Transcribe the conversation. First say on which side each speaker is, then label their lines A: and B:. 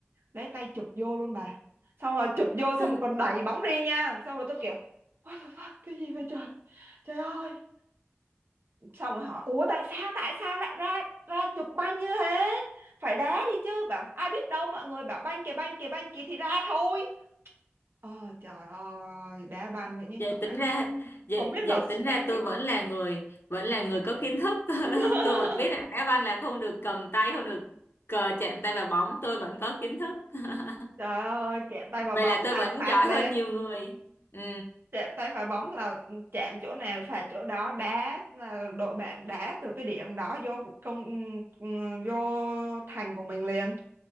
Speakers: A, on the right (about 55°); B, on the left (about 60°).
A: lấy tay chụp vô luôn bà xong rồi chụp vô
B: <laughs>
A: xong rồi còn đẩy bóng đi nha xong rồi tôi kiểu what the fuck cái gì vậy trời trời ơi xong rồi hỏi ủa tại sao tại sao lại ra ra chụp banh như thế phải đá đi chứ bảo ai biết đâu mọi người bảo banh kìa banh kìa banh kìa thì ra thôi ờ trời ơi đá banh với những
B: vậy
A: người
B: tính ra vậy
A: không biết là
B: vậy
A: stress
B: tính ra tôi
A: kinh
B: vẫn
A: khủng
B: là người vẫn là người có kiến thức <laughs>
A: <laughs>
B: tôi vẫn biết là đá banh là không được cầm tay không được cờ chạm tay vào bóng tôi vẫn có kiến thức <laughs>
A: trời ơi chạm tay vào
B: Vậy
A: bóng
B: là tôi
A: là
B: vẫn
A: phạt
B: giỏi
A: liền
B: hơn nhiều người. Ừ.
A: chạm tay vào bóng là ừ, chạm chỗ nào phạt chỗ đó đá là đội bạn đá từ cái điểm đó vô công ừ, ừ, vô thành của mình liền